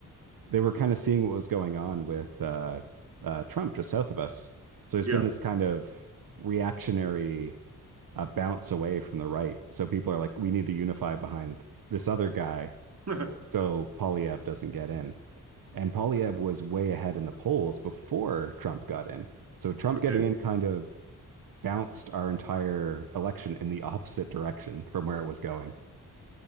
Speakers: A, on the right; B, on the right.
A: they were kind of seeing what was going on with uh, uh, Trump just south of us. So there's
B: Yeah.
A: been this kind of reactionary uh, bounce away from the right. So people are like, we need to unify behind this other guy
B: <laughs>
A: so Polyev doesn't get in. And Polyev was way ahead in the polls before Trump got in. So Trump
B: Okay.
A: getting in kind of bounced our entire election in the opposite direction from where it was going.